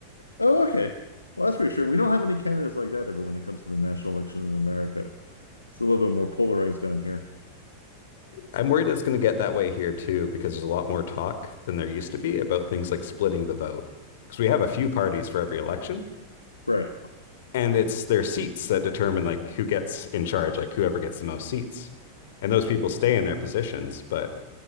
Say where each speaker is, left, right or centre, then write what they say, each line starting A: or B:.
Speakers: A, on the left; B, on the left.
A: Oh, okay. Well, that's reassuring. We don't have any candidates like that ever when it comes to the national election in America. It's a little bit more polarized down here.
B: I'm worried it's going to get that way here too because there's a lot more talk than there used to be about things like splitting the vote. Because we have a few parties for every election,
A: Right.
B: and it's their seats that determine like who gets in charge, like whoever gets the most seats. And those people stay in their positions, but